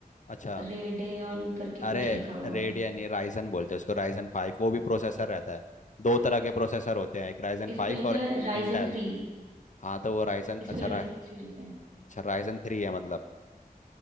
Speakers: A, on the left (about 50°); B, on the right (about 60°).
A: अच्छा
B: रेडेन करके
A: अरे
B: कुछ लिखा हुआ
A: रेडियन
B: है
A: नहीं राइजन बोलते हैं उसको राइजन फाइव वो भी प्रोसेसर रहता है दो तरह के प्रोसेसर होते हैं एक राइजन
B: इस
A: फाइव
B: पे लिखा
A: और
B: है राइजन
A: इंटेल
B: थ्री
A: हाँ तो वो राइजन
B: इस
A: अच्छा
B: पे राइजन
A: रा,
B: थ्री लिखा है
A: अच्छा राइजन थ्री है मतलब